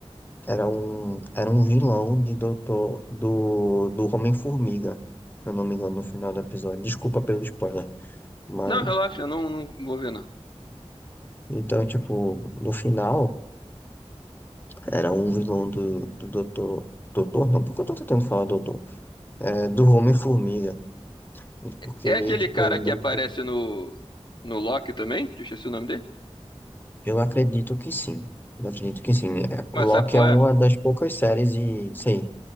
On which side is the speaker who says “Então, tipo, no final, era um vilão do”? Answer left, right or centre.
Left